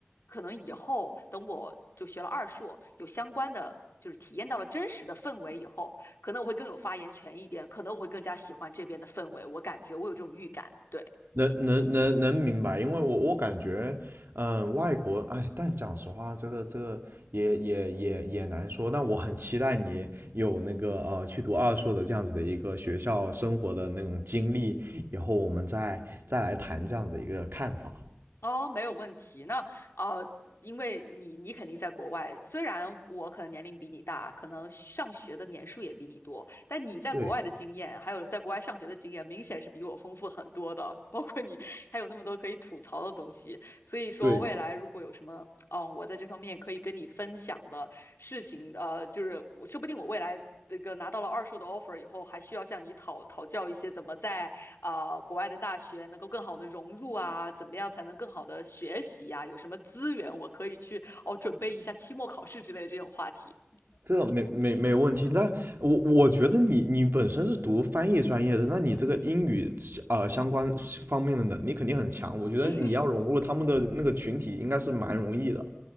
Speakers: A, on the left; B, on the right.
A: 可能以后等我就学了二硕，有相关的，就是体验到了真实的氛围以后，可能我会更有发言权一点，可能我会更加喜欢这边的氛围，我感觉我有这种预感，对。
B: 能能能能明白，因为我我感觉，嗯，外国，哎，但讲实话，这个这个也也也也难说。但我很期待你有那个呃去读二硕的这样子的一个学校生活的那种经历，以后我们再再来谈这样的一个看法。
A: 哦，没有问题。那呃，因为你你肯定在国外，虽然我可能年龄比你大，可能上学的年数也比你多，但你在国外的经验，
B: 对
A: 还有在国外上学的经验，明显是比我丰富很多的。包括你还有那么多可以吐槽的东西，所以说未来如果有什么哦，
B: 对，
A: 我在这方面可以跟你分享的事情，呃，就是我说不定我未来这个拿到了二硕的 offer 以后，还需要向你讨讨教一些怎么在啊、国外的大学能够更好的融入啊，怎么样才能更好的学习啊，有什么资源我可以去哦准备一下期末考试之类的这种话题。
B: 这个没没没问题。但我我觉得你你本身是读翻译专业的，那你这个英语呃相关方面的能力肯定很强。我觉得你要融入他们的那个群体，
A: <laughs>
B: 应该是蛮容易的。